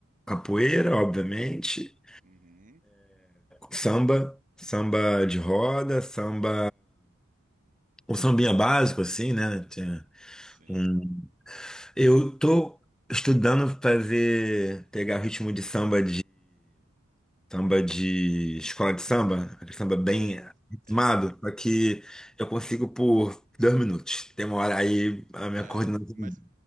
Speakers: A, in the centre; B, on the right.
A: capoeira, obviamente,
B: Uhum,
A: samba, samba de roda, samba, um sambinha básico, assim, né? Tem
B: sim.
A: um- Eu tô estudando fazer, pegar o ritmo de samba Samba de escola de samba, aquele samba bem
B: Sei.
A: ritmado,
B: É.
A: só que eu consigo por dois minutos. Tem uma hora aí a minha
B: É,
A: coordenação
B: mas